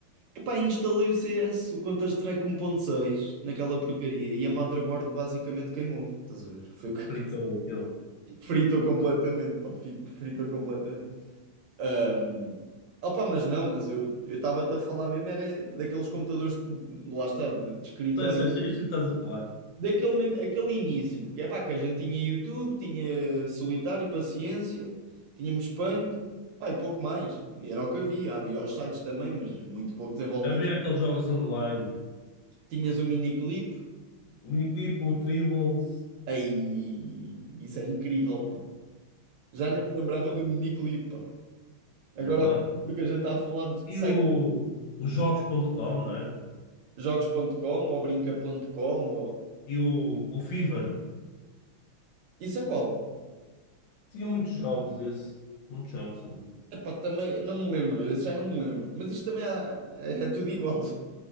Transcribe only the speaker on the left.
Fritou aquele.
Sei, sei, sei, isso que estás a falar.
Havia aqueles jogos online,
o Miniclip, o Tribbles,
não
é verdade?
E
o, o jogos ponto com não era?
E o, o Fever.
Tinha muitos jogos esse. Muitos jogos também.